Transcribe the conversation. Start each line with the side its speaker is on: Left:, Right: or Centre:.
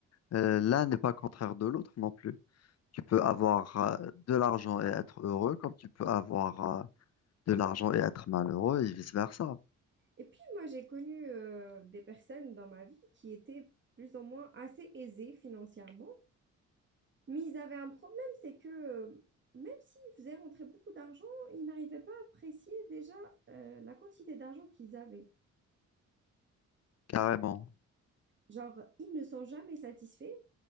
Left: euh, l'un n'est pas contraire de l'autre non plus. Tu peux avoir euh, de l'argent et être heureux, comme tu peux avoir euh, de l'argent et être malheureux et vice-versa.
Right: Et puis, moi, j'ai connu euh, des personnes dans ma vie qui étaient plus ou moins assez aisées financièrement, mais ils avaient un problème, c'est que euh, même s'ils faisaient rentrer beaucoup d'argent, ils n'arrivaient pas à apprécier déjà euh, la quantité d'argent qu'ils avaient.
Left: Carrément.
Right: Genre, ils ne sont jamais satisfaits